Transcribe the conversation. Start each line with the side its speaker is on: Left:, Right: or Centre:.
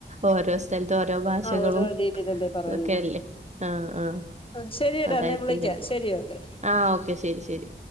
Right: ഓരോ സ്ഥലത്ത് ഓരോ ഭാഷകളും
Left: ആ ഓരോ രീതിയിലല്ലേ പറയുന്നത്
Right: ഇതൊക്കെയല്ലേ. ആഹ് ആഹ്
Left: ആ ശരിയെടാ
Right: അതായിരിക്കും
Left: എന്നാ വിളിക്കാം
Right: ചെലപ്പം.
Left: ശെരി ഒക്കെ
Right: ആഹ് ഓക്കെ ശരി ശരി.